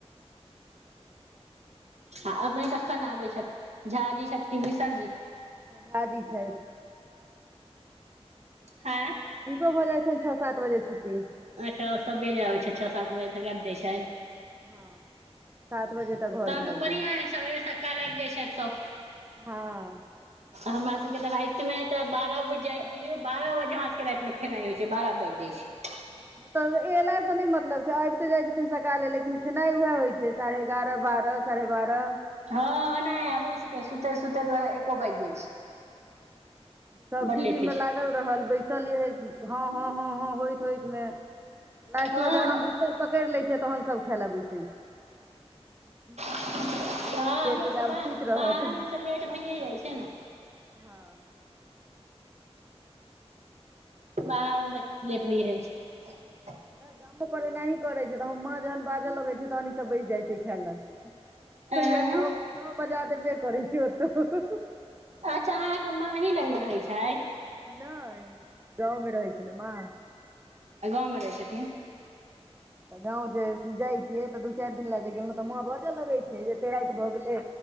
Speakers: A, on the right; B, on the right.
A: आ अपने कखन आबै छथ झा जी छथि कि मिसरजी
B: झाजी छै
A: अय
B: हुनको भ जाइ छनि छओ सात बजे छुट्टी
A: अच्छा ओ सबेरे आबै छैथ छ सात बजे तक आबि जाइ छथि
B: हँ सात बजे
A: तहन
B: तक घरमे
A: तऽ
B: आबि
A: बढ़िया
B: गेलहुँ
A: अय सबेरे सकाल आइब जाइ छैथ त
B: हँ
A: हमरा सबके तऽ रातिमे तऽ बारह बजे बुझियौ बारह बजे हमरा सभके रातिमे खेनाइ होइ छै बारह बाजि जाइ छै
B: तऽ एलास से नहि मतलब छै आबि तऽ जाइ छथिन सकाले लेकिन खेनाइ उएह होइ छै साढ़े एगार बारह साढ़े बारह
A: हँ ओनाहि हमरो सब के सुतैत सुतैत त एको बाइज जाइ छै
B: सब
A: बड
B: टीबी
A: लेट होइ
B: में
A: छै
B: ला गल रदल सुतल रहल बैसल यै ह ह ह ह होइत होइत मे लास्ट
A: हँ
B: मे ज पकड़ि लै छय तहन सब खाय ल बैसै छै
A: हँ
B: बुझै
A: हमरो
B: छै
A: सबके
B: जे आब
A: बाह
B: सुति रहत
A: बाहरमे तऽ लेट भइए जाइ छै न
B: हँ
A: बाहरमे त लेट होइ जाइ छै
B: गामो पर एनाही करै छै त हमर माँ जहन बाजऽ लगै छै तहन ईसभ बैस जाइ छै खाय लए तइयो
A: आँय
B: नओ नओ बजा देबे करै छै ओतौ
A: अच्छा अहाँके माँ अही लगमे रहै छथि
B: नय गाँवमे रहै छै ने म
A: म रहै छथिन
B: त गाँंव जे जाइ छियै तऽ दू चारि दिन ल जे गेलहुँ तऽ म बजऽ लगै छथिन जे एते राति भऽ गेलै